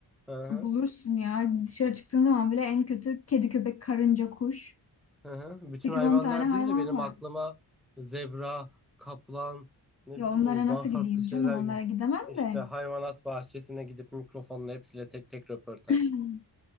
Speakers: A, in the centre; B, on the left.
A: Hı hı.
B: bulursun ya. Dışarı çıktığın zaman bile en kötü kedi, köpek, karınca, kuş.
A: Hı hı. Bütün
B: 8-10
A: hayvanlar
B: tane hayvan
A: deyince benim
B: var.
A: aklıma zebra, kaplan, ne
B: Ya
A: bileyim
B: onlara nasıl
A: daha farklı
B: gideyim
A: şeyler
B: canım? Onlara
A: gel.
B: gidemem
A: İşte
B: de.
A: hayvanat bahçesine gidip mikrofonla hepsiyle tek tek röportaj.
B: <laughs> <clears throat>